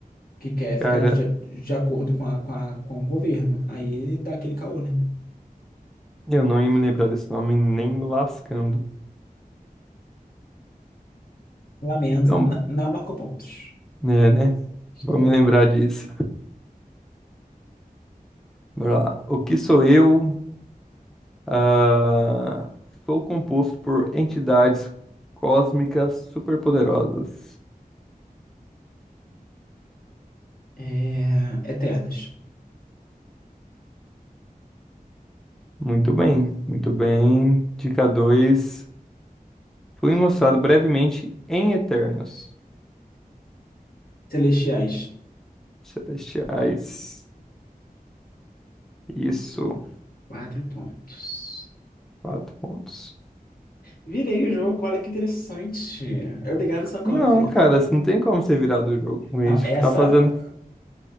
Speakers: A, on the left (about 75°); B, in the centre.
A: que quer ficar
B: Cara,
A: de, de acordo com, a, com, a- com o governo. Aí dá aquele caô, né?
B: eu não ia me lembrar desse nome nem lascando.
A: Lamento,
B: Então,
A: n- não marcou pontos.
B: É, né? Vamos
A: Hum.
B: lembrar disso. Bora lá. O que sou eu? Ah, sou composto por entidades cósmicas superpoderosas.
A: É, Eternas.
B: Muito bem, muito bem. Dica dois Fui mostrado brevemente em Eternos
A: Celestiais.
B: Celestiais. Isso.
A: Quatro pontos.
B: Quatro pontos.
A: Virei o jogo, olha que interessante. Obrigado, Sokovia.
B: Não, cara, isso não tem como ser virado do jogo. A
A: Não,
B: gente
A: essa,
B: tá fazendo,